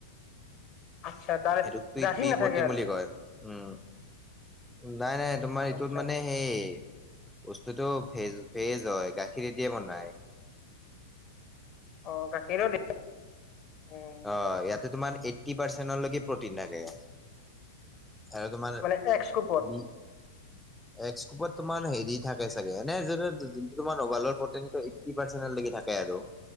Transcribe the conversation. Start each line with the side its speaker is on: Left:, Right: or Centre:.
Left: আচ্ছা দাৰে
Centre: এইটো পি
Left: গাখীৰ
Centre: পি
Left: নাথাকে
Centre: প্ৰ'টিন
Left: আৰু
Centre: বুলি কয়। উম নাই নাই তোমাৰ এইটোত
Left: আচ্ছা
Centre: মানে
Left: আচ্ছা
Centre: সেই বস্তুতটো ভেজ ভেজ হয় গাখীৰ দিয়ে বনাই।
Left: অ গাখীৰৰ দি উম,
Centre: অ ইয়াতে তোমাৰ এইট্টি পাৰ্চেন্টলৈকে প্ৰটিন থাকে। আৰু তোমাৰ
Left: মানে এক স্কুপত
Centre: বি
Left: <unintelligible>
Centre: এক্সকোপত তোমাৰ হেৰি থাকে চাগে এনে যোন যোনটো তোমাৰ মোবাইলৰ প্ৰ'টিন এইটি পাৰ্চেন্ট থাকে আৰু